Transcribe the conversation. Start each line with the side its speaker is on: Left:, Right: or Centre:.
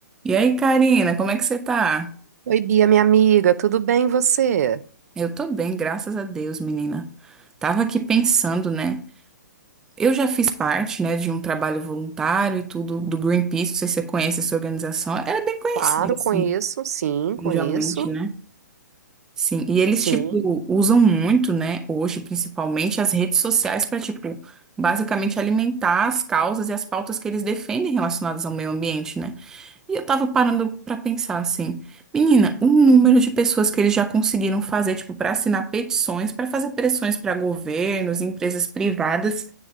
Centre: E aí, Karina, como é que você tá?
Right: Oi, Bia, minha amiga, tudo bem e você?
Centre: Eu tô bem, graças a Deus, menina. Tava aqui pensando, né? Eu já fiz parte, né, de um trabalho voluntário e tudo do Greenpeace, não sei se você conhece essa organização. Ela é bem conhecida,
Right: Claro,
Centre: assim,
Right: conheço, sim, conheço,
Centre: mundialmente, né? Sim, e eles,
Right: sim,
Centre: tipo, usam muito, né, hoje, principalmente, as redes sociais para, tipo, basicamente alimentar as causas e as pautas que eles defendem relacionadas ao meio ambiente, né? E eu tava parando pra pensar assim, menina, o número de pessoas que eles já conseguiram fazer, tipo, pra assinar petições, pra fazer pressões pra governos, empresas privadas,